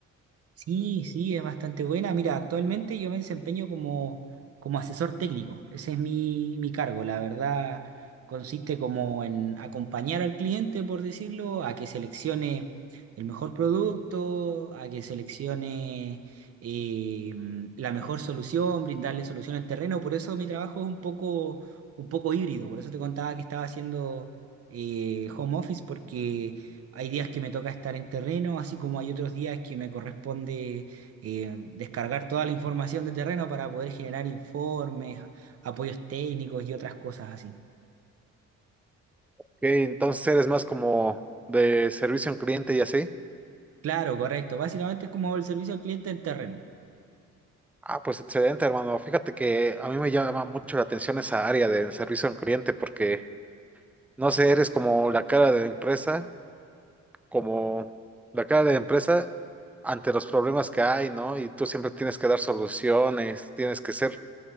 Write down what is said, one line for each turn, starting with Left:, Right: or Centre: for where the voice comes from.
Right: Sí, sí, es bastante buena. Mira, actualmente yo me desempeño como, como asesor técnico. Ese es mi, mi cargo. La verdad, consiste como en acompañar al cliente, por decirlo, a que seleccione el mejor producto, a que seleccione eh, la mejor solución, brindarle solución al terreno. Por eso mi trabajo es un poco, un poco híbrido. Por eso te contaba que estaba haciendo eh, home office, porque Hay días que me toca estar en terreno, así como hay otros días que me corresponde eh, descargar toda la información de terreno para poder generar informes, apoyos técnicos y otras cosas así.
Centre: Que entonces eres más como de servicio al cliente y así.
Right: Claro, correcto. Básicamente es como el servicio al cliente en terreno.
Centre: Ah, pues excelente, hermano. Fíjate que a mí me llama mucho la atención esa área de servicio al cliente porque, no sé, eres como la cara de la empresa, como la cara de la empresa ante los problemas que hay, ¿no? Y tú siempre tienes que dar soluciones, tienes que ser